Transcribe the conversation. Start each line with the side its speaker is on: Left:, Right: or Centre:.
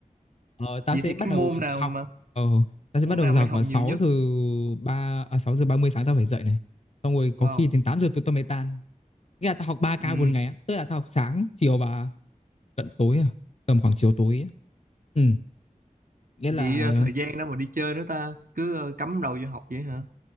Left: Ờ, tao
Right: vậy
Left: sẽ
Right: thì
Left: bắt
Right: cái
Left: đầu
Right: môn
Left: giờ
Right: nào
Left: học.
Right: mà
Left: Ờ, tao sẽ
Right: môn
Left: bắt đầu
Right: nào
Left: giờ
Right: mày
Left: học
Right: học
Left: vào 6
Right: nhiều nhất
Left: giờ 3, à, 6 giờ ba mươi sáng tao phải dậy này. Xong rồi có
Right: wow
Left: khi đến 8 giờ tụi tao mới tan. Nghĩa là tao học ba ca
Right: ừ
Left: một ngày á, tức là tao học sáng, chiều và cận tối à, tầm khoảng chiều tối ấy. Ừ, nghĩa
Right: vậy
Left: là
Right: ờ, thời gian đâu mà đi chơi nữa ta cứ ờ, cắm đầu vô học vậy hả